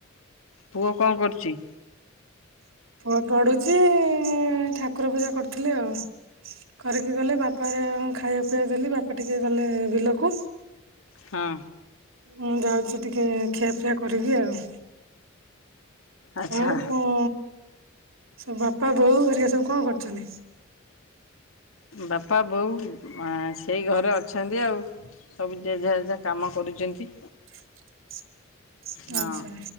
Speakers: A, on the left; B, on the right.
A: ପୁଅ କଣ କରୁଛି?
B: ପୁଅ ପଢୁଛି। ଠାକୁର ପୂଜା କରୁଥିଲି ଆଉ। କରିକି ଗଲେ ବାପ ହେରିକା ଖାଇବା ପିଇବା ଦେଲି ବାପା ଟିକେ ଗଲେ ବିଲକୁ।
A: ହଁ।
B: ମୁଁ ଯାଉଛି ଟିକେ ଖିଆପିଆ କରିବି ଆଉ।
A: ଆଚ୍ଛା।
B: ଆଉ କଣ ସବୁ ବାପା ବୋଉ ହେରିକା ସବୁ କଣ କରୁଛନ୍ତି?
A: ବାପା ବୋଉ ଆ ସେଇ ଘରେ ଅଛନ୍ତି ଆଉ। ସବୁ ଜେଝା ଯେଝା କାମ କରୁଛନ୍ତି।
B: <inaudible>
A: ହଁ
B: ଆଚ୍ଛା